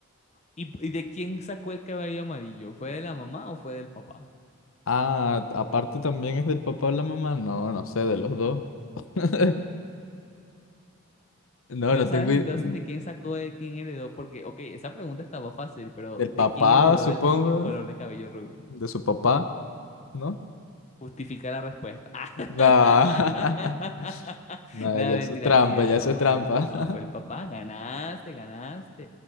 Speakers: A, on the left; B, on the left.
A: ¿Y, y de quién sacó el cabello amarillo? ¿Fue de la mamá o fue del papá?
B: Ah, aparte también es del papá o la mamá. No, no sé, de los dos. <laughs> No,
A: No
B: no
A: sabes
B: tengo... i-
A: entonces de quién sacó, de quién heredó, porque, ok, esa pregunta estaba fácil, pero
B: Del
A: ¿de
B: papá,
A: quién heredó
B: supongo.
A: el, el- el color de cabello rubio?
B: De su papá, ¿no?
A: Justifica la respuesta. <laughs>
B: Nah. <laughs> Nah,
A: No,
B: ya
A: mentira,
B: eso es trampa,
A: sí, del
B: ya
A: papá,
B: eso es trampa.
A: del papá. Fue el papá.
B: <laughs>
A: Ganaste, ganaste.